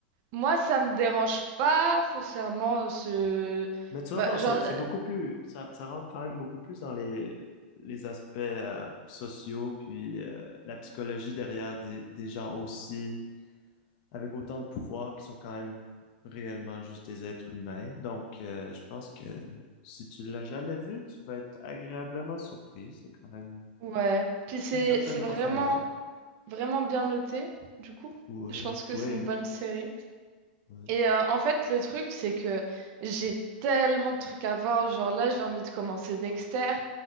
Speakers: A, on the right; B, on the left.
A: Moi, ça me dérange pas foncièrement euh, ce...
B: Mais tu
A: bah,
B: vas voir,
A: genre,
B: c'est, c'est
A: euh,
B: beaucoup plus, ça, ça rentre quand même beaucoup plus dans les, les aspects euh, sociaux, puis euh, la psychologie derrière des, des gens aussi, avec autant de pouvoir qui sont quand même réellement juste des êtres humains. Donc, euh, je pense que si tu l'as jamais vu, tu vas être agréablement surpris. C'est quand même
A: ouais. Puis c'est
B: une certaine
A: c'est
B: profondeur.
A: vraiment, vraiment bien noté, du coup.
B: Oui,
A: Je pense que
B: oui,
A: c'est une bonne série.
B: oui.
A: Et euh, en fait, le truc, c'est que j'ai tellement de trucs à voir. Genre là, j'ai envie de commencer Dexter.